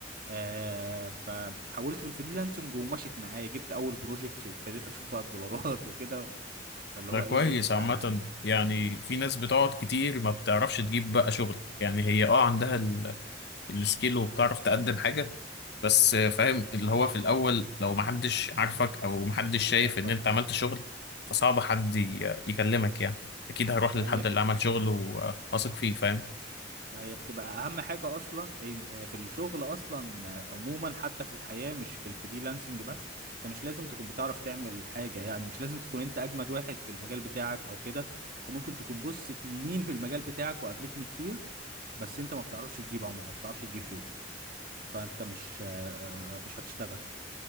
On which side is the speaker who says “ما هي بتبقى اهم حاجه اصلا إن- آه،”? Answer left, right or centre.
Right